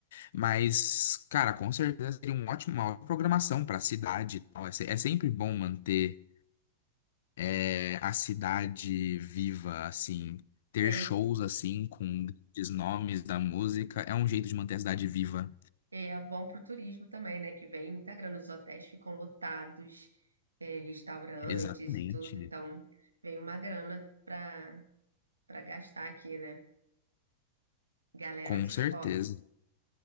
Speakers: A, on the left (about 60°); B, on the right (about 90°).
A: Mas, cara, com certeza seria um ótimo, uma ótima programação para a cidade e tal. É, se- é sempre bom manter é, a cidade viva, assim, ter
B: É,
A: shows assim com grandes nomes da música é um jeito de manter a cidade viva.
B: É é bom para o turismo também, né? Que vem muita grana, os hotéis ficam lotados, é, restaurantes
A: Exatamente.
B: e tudo, então vem uma grana para para gastar aqui, né? Galera
A: Com
B: se
A: certeza.
B: esforça.